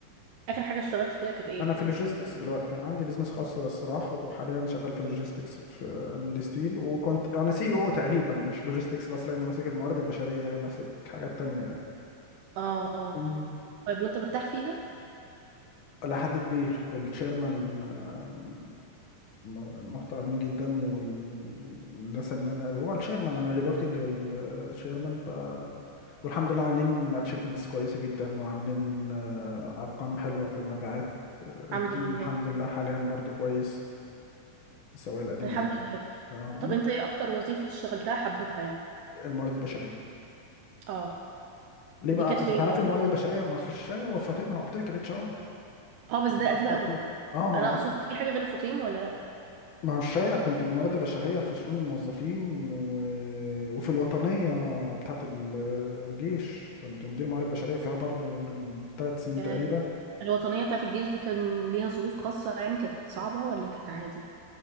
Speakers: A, on the right; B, on the left.
A: اخر حاجه اشتغلت فيها كانت ايه
B: انا في اللوجيستكس دلوقتي كان عندي بزنس خاص بس راح وحاليا شغال في اللوجيستكس في نيدي ستيل وكنت انا سي او تقريبا مش لوجيستكس بس لاني ماسك الموارد البشريه ماسك حاجات تانية يعني
A: اه اه
B: أمم،
A: طيب وانت مرتاح فيها
B: إلى حد كبير التشيرمان آم، م- محترمين جدا والناس اللي انا هو التشيرمان انا ريبورتنج للتشيرمان ف والحمد لله عاملين اتشيفمنتس كويسه جدا وعاملين آه، ارقام حلوه في المبيعات التيم
A: الحمد لله
B: الحمد لله حاليا برضو كويس سواء القديم
A: الحمد
B: او الجديد
A: لله
B: ف- مم.
A: طب انت ايه اكتر وظيفه اشتغلتها حبيتها يعني
B: الموارد البشريه
A: اه
B: ليه
A: دي
B: بقى
A: كانت
B: انت
A: فين
B: تعرفي الموارد البشريه ما في الشايع والفطيب ما انا قلت لك الاتش ار
A: اه بس ده
B: لما
A: قديمه
B: اخدت
A: قوي
B: اه ما
A: انا
B: دي
A: اقصد في حاجه غير الفطيم ولا لا
B: ما هو الشايع كنت بالموارد البشريه في شؤون الموظفين و... وفي الوطنيه بتاعت ال- الجيش كنت مدير موارد بشريه فيها برضو من ثلاث سنين
A: آه.
B: تقريبا
A: الوطنيه بتاعت الجيش دي كان ليها ظروف خاصه يعني كانت صعبه ولا كانت عادي